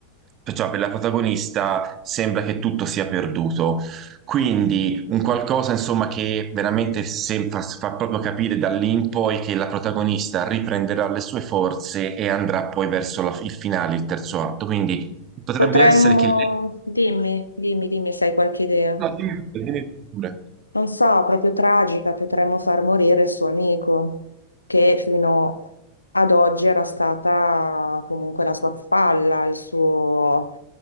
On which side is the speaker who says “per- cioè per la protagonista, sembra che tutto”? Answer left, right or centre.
Right